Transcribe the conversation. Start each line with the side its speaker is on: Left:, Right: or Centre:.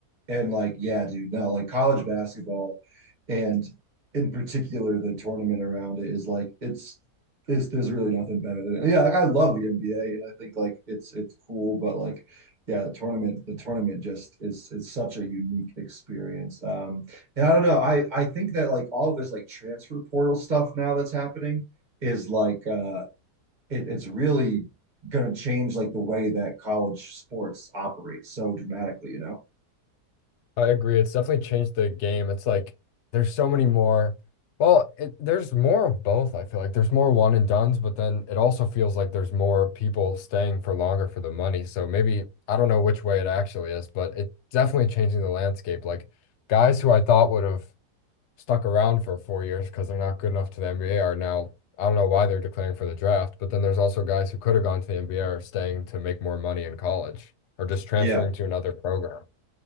Right: and like, yeah, dude, no, like college basketball and in particular the tournament around it is like it's it's there's really nothing better than it. Yeah, like, I love the NBA and I think like it's it's cool, but like yeah, the tournament the tournament just is is such a unique experience. Um and I don't know, I I think that like all of this like transfer portal stuff now that's happening is like uh it, it's really going to change like the way that college sports operates so dramatically, you know?
Left: I agree. It's definitely changed the game. It's like there's so many more. Well, it, there's more of both, I feel like. There's more one and dones, but then it also feels like there's more people staying for longer for the money. So maybe I don't know which way it actually is, but it's definitely changing the landscape. Like guys who I thought would have stuck around for four years because they're not good enough to the NBA are now. I don't know why they're declaring for the draft, but then there's also guys who could have gone to the NBA are staying to make more money in college or just transferring
Right: Yeah.
Left: to another program.